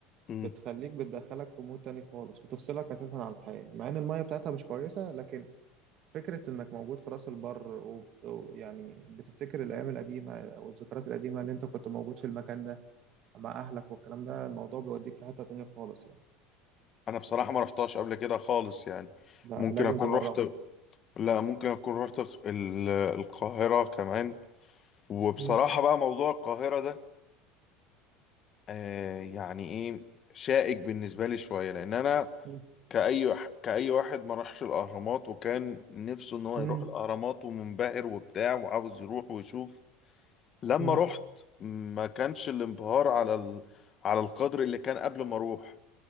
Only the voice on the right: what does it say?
بتخليك بتدخلك في مود تاني خالص بتفصلك اساسا عن الحياه مع ان الميه بتاعتها مش كويسه لكن فكره انك موجود في راس البر وبت- ويعني بتفتكر الايام القديمه والذكريات القديمه اللي انت كنت موجود في المكان ده مع اهلك والكلام ده الموضوع بيوديك في حته تانيه خالص يعني
لا
لازم
تجربه
مم.
مم.
مم.
مم.